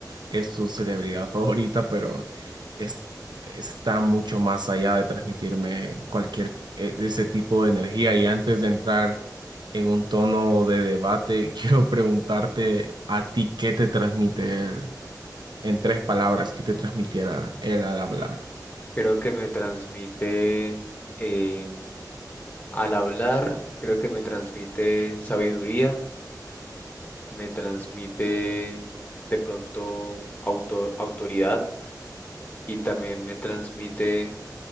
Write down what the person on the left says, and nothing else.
Creo que me transmite, em, al hablar, creo que me transmite sabiduría, me transmite de pronto auto- autoridad y también me transmite